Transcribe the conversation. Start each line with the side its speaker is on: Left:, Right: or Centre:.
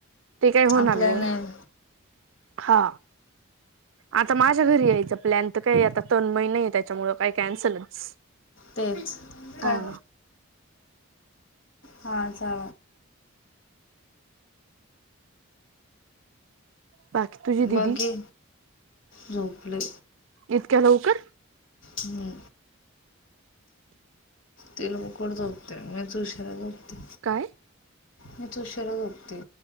Right: ते काय होणार
Left: आपल्याला
Right: नाई.
Left: नाही
Right: हा. आता माझ्या घरी यायचं प्लॅन तर काय आता तन्मय नाही त्याच्यामुळ. काय कॅन्सलच,
Left: तेच
Right: हा.
Left: काय हा चा
Right: बाकी तुझी
Left: वगे,
Right: दिदी
Left: झोपले.
Right: इतक्या लवकर.
Left: हम्म ते लवकर झोपते मीच उशीरा झोपते.
Right: काय
Left: मीच उशीरा झोपते